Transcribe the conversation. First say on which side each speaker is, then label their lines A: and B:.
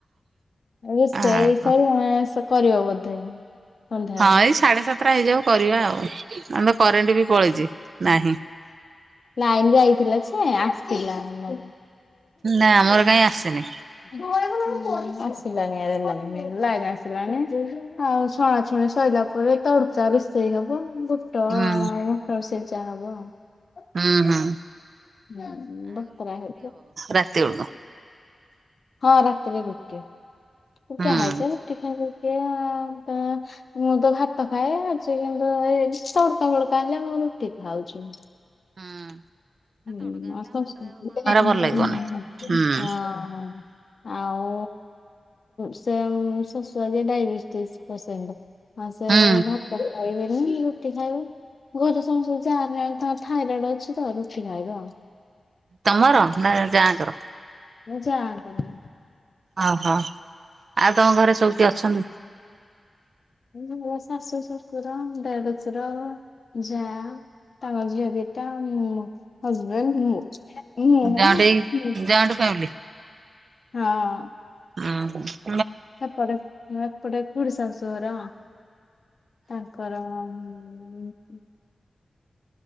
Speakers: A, on the left (about 50°); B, on the right (about 65°).
A: ଏ ସେଇ
B: ଆ ହଁ
A: ସବୁେ କରିବ ବୋଧେ ସନ୍ଧ୍ୟାବେଳେ।
B: ହଁ ଏଇ ସାଢ଼େ ସାତଟା ହେଇଯାଉ କରିବା ଆଉ ଆମର ତ କରେଣ୍ଟ ବି ପଳେଇଛି। ନାହିଁ
A: ଲାଇନ ଯାଇଥିଲା। ସେ ଆସିଥିଲାଲା
B: ନା ଆମର କାହିଁ ଆସିନି
A: ଧୋଇ ଆ। ଆସିଲାଣି ଆରେ ଲାଇ ଲାଇନ ଆସିଲାଣି ଆଉ ଶଛୁଣାଛୁଣି ସରିଲା ପରେ। ତଳୁକୁ ଚା ରଷେଇ ହବ ଗୋଟ
B: ହୁଁ।
A: ଗୋଟ ରୋଷେଇ ଚା ହବ ଆ
B: ହଁ ହଁ।
A: ହୁଁ ବଖର ହେ
B: ରାତି ବେଳକୁ
A: ହଁ ରାତିରେ ଗୋଟିଏ
B: ହୁଁ
A: ଏତେ
B: ହୁଁ।
A: ହାଇଜା ରୁଟି ଖାଇକି ଅଁ ମୁଁ ତ ଭାତ ଖାଏ ଆଜି କିନ୍ତୁ ଏ ତଡ଼କା ଫଡ଼କା ହେଲେ ଆମ ରୁଟି ଖାଉଛୁ।
B: ହଁ
A: ହୁଁ <unintelligible>
B: ଭଲ ଲାଗିବନି ହୁଁ
A: ହଁ ଆଉ ସେ ଶଶୁରଆ ଡାଇବେଟିସ୍ ପସେଣ୍ଟ୍ ଆ ସେ
B: ହୁଁ।
A: ଭାତ। କହିବନି ରୁଟି ଖାଇବେ ଘରେ ସମସ୍ତଙ୍କୁ ଯାହା ତାଙ୍କ ଥାଇରଏଡ଼ ଅଛି ତ ରୁଟି। ଛିିକାଇଦ।
B: ତମର ନା ଜାଆ ଙ୍କ ର।
A: ମୋ ଜାଆ ପାଇଁ।
B: ଓହୋ ଆଉ ତମ ଘରେ ସବୁଠି ଅଛନ୍ତି।
A: ହ ଶାଶୁ ଶଶୁର ଦେଢ଼ଶୁର। ଯାଆ ତାଙ୍କ ଝିଅ ଦିଟା ମୋ ହଜବେଣ୍ଡ ମୁଁ। ମୁଁ
B: ଜଏଣ୍ଟ ହେଇକି
A: ମୁଁ ଯିବି
B: ଜଏଣ୍ଟ୍ ଫାମିଲି।
A: ହଁ
B: ଓୋ
A: ଏପଟ ଏପଟ ଖୁଡ଼ି ସାଶୁଘର। ତାଙ୍କର ହଁ।